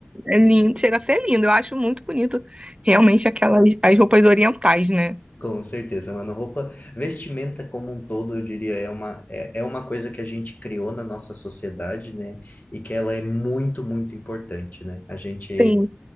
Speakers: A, on the right (about 25°); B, on the left (about 40°).
A: é lindo, chega a ser lindo. Eu acho muito bonito realmente aquelas as roupas orientais, né?
B: Com certeza, mano. Roupa, vestimenta como um todo, eu diria, é uma, é, é uma coisa que a gente criou na nossa sociedade, né? E que ela é muito, muito importante, né? A gente,
A: Sim,